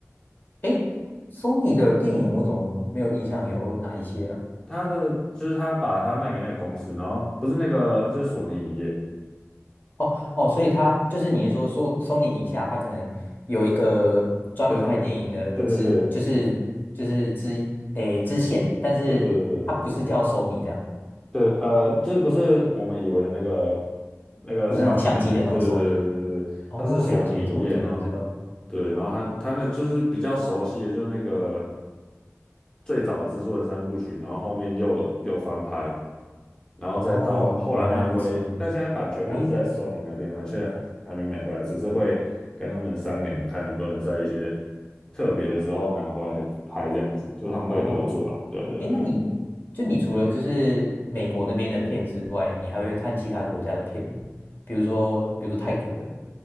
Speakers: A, on the left (about 40°); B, on the left (about 15°).
A: 诶，Sony 的电影我怎么没有印象有哪一些啊？
B: 他的就是他把它卖给那个公司，然后不是那个就是索尼影业，
A: 哦哦，所以它就是你是说说 Sony 底下它可能有一个专门拍电影的支，
B: 对他们，对对对
A: 就是就是支诶支线，但是它不是叫
B: 对对对对，
A: Sony 这样，
B: 对，呃，就是不是我们以为的那个那个相机的那个，
A: 不是那种相机的那种
B: 对对对对对对，
A: Sony。
B: 对它是索尼影业，
A: 哦，了解，这我真的不知道。
B: 然后对，然后他他那就是比较熟悉的，就那个最早的蜘蛛人三部曲，然后后面又又翻拍，然后再到后来漫威，
A: 哦，原来如此。
B: 但现在版权还是在
A: 我以
B: Sony 那边，还是还还没买回来，只是会跟他们商量，看能不能在一些特别的时候拿回来拍这样子，就是他们会合作啊，
A: 哦，
B: 对啊对对对。
A: 哎，那你就你除了就是美国那边的片之外，你还会看其他国家的片吗？比如说，比如说泰国的，